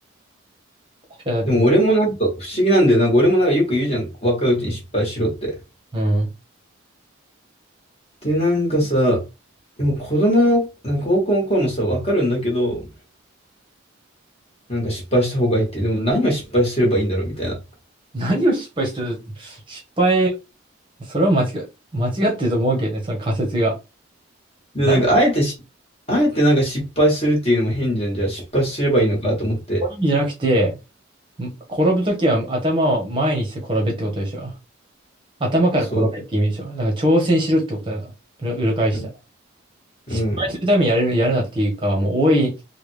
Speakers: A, on the right (about 25°); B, on the left (about 30°).
A: かにだって、
B: でも俺もなんか不思議なんだよ。なんか俺もなんかよく言うじゃん。若いうちに失敗しろって。
A: うん。
B: で、なんかさ、でも子供の、なんか高校の頃もさ、わかるんだけど、なんか失敗した方がいいって、でも何を失敗すればいいんだろうみたいな。
A: 何を失敗してる失敗、それは間違、間違ってると思うけどね、その仮説が。
B: で、
A: 何、
B: なんかあえてし、あえてなんか失敗するっていうのも変じゃん。じゃあ失敗すればいいのかと思って。
A: こういう意味じゃなくて、ん転ぶときは頭を前にして転べってことでしょ。頭から転べって意味でしょ。
B: そう。
A: だから挑戦しろってことだ。裏、裏返した。
B: うん。
A: 失敗するためにやる、
B: うん。
A: やるなっていうか、もう多い、